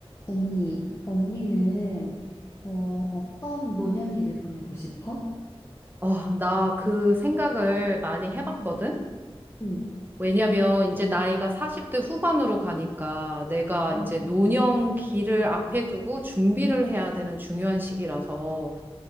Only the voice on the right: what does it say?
어, 나 그 생각을 많이 해봤거든?
왜냐면 이제 나이가 40대 후반으로 가니까 내가 이제
노년기를 앞에 두고 준비를 해야 되는 중요한 시기라서,